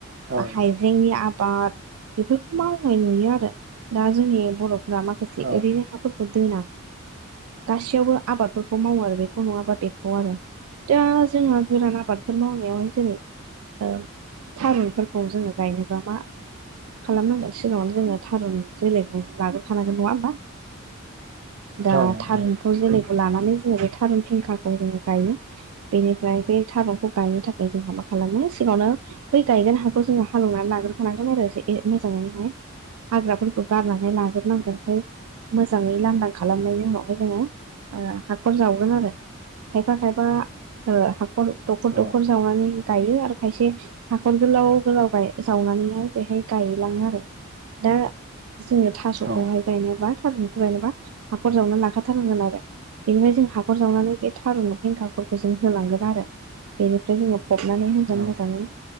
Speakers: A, on the right; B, on the right.
A: औ
B: बा हायजेंनि आबाद बेफोरखौ मावनाय नुयो आरो दा जोंनि बर' बा माखासे
A: औ
B: ओरैनो हाफोरखौ दोना गासैयावबो आबादफोरखौ मावो आरो बेखौ नङाबा बेखौ आरो दा जोंहा गोरान आबादफोर मावनायावहाय जेरै ओम थारुनफोरखौ जोङो गायनोबा मा खालामनांगोन सिगाङावनो जोङो थारुन जोलैखौ लाग्रखानांगोन नङा होमबा दा
A: औ नोंथां
B: थारुनखौ जोलैखौ लानानै जोङो बे थारुन फेंखाखौ जोङो गायो बेनिफ्राय बे थारुनखौ गायनो थाखाय जोंहा मा खालामो सिगाङावनो बै गायगोन हाखौ जोङो हालेवनानै लाग्रोखानांगोन आरो जे ए मोजाङैहाय हाग्राफोरखौ गारनानै लाजोबनांगोन ओमफ्राय मोजाङै लांदां खालामनायनि उनाव ओमफाय जोङो ओ हाखर जावगोन आरो खायफा खायफा ओ हाखर दखर
A: औ
B: दखर जावनानै गायो आरो खायसे हाखर गोलाव गोलाव जावनानैहाय बेहाय गायलाङो आरो दा जोङो थास'खौहाय
A: औ
B: गायनोबा थारुनखौ गायनोबा हाखर जावना लाखबाय <unintelligible> बेनिफ्राय जों हाखर जावनानै बे थारुन खेंखाफोरखौ जों होलांगोन आरो बेनिफ्राय जोङो फबनानै
A: औ
B: होगोन मोजाङै